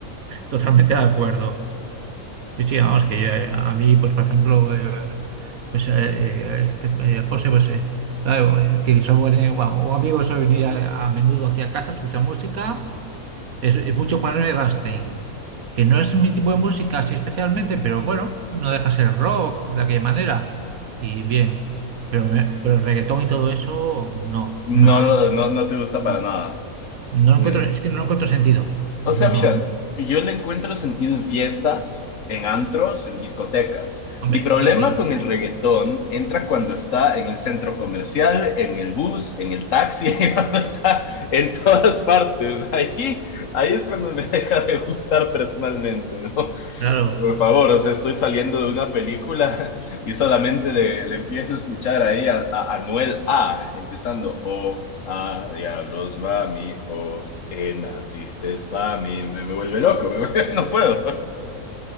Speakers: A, on the right; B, on the left.
A: totalmente de acuerdo. Sí, sí, vamos, que yo, eh, a mí, pues, por ejemplo, eh, pues, eh, eh, este, eh, José, pues, eh, claro, eh, que soy buen- eh, bueno, un amigo suele venir a, a menudo aquí a casa a escuchar música, es, es mucho ponerme Rammstein, que no es mi tipo de música así especialmente, pero bueno, no deja de ser rock de aquella manera, y bien, pero, me- pero reggaetón y todo eso, no,
B: No,
A: <laughs> no.
B: no, no te gusta
A: No
B: para nada.
A: encuentro,
B: Eh,
A: es que no encuentro sentido.
B: O
A: No,
B: sea, mira, yo le encuentro sentido en fiestas, en antros, en discotecas.
A: hombre,
B: Mi problema
A: eso sí,
B: con el reggaetón entra cuando está en el centro comercial, en el bus, en el taxi, <laughs> cuando está en todas partes. Ahí, ahí es cuando me deja de gustar personalmente, ¿no?
A: claro.
B: Por favor, o sea, estoy saliendo de una película <laughs> y solamente le, le empiezo a escuchar ahí a, a Anuel A, empezando, oh, ah, diablos, mami, oh, eh, naciste pa' mí, me, me vuelve loco, me vuelve- <laughs> no puedo.